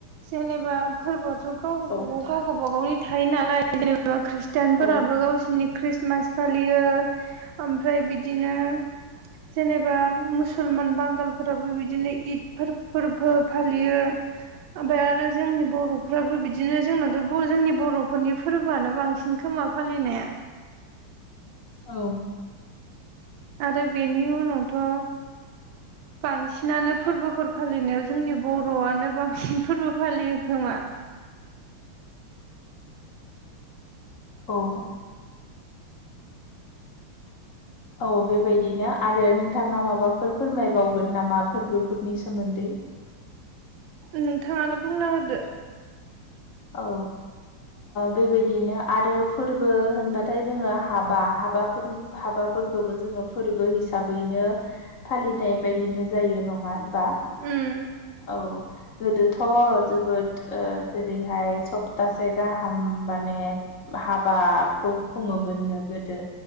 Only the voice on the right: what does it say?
जेनेबा फोरबोआथ गाव गबागाव
गाव गबाागावनि थायो नालाय जेनेबा खृष्टिानफोराबो
गावसोरनि ख्रिस्टमास फालियो ओमफ्राय बिदिनो जेनेबा मुसलमान बांगालफोराबो बिदिनो इद फोरबो फालियो ओमफ्राय आरो जोंनि बर'फ्राबो बिदिनो जोंनाथ जोंनि बर'फोरनि फोरबोआनो बांसिन खोमा फालिनाया
आरो बेनिउनावथ
बांसिनानो फोरबोफोर फालिनायाव जोंनि बर'आनो बांसिन फोरबो फालियो खोमा
नोंथाङानो बुंना होदो
उम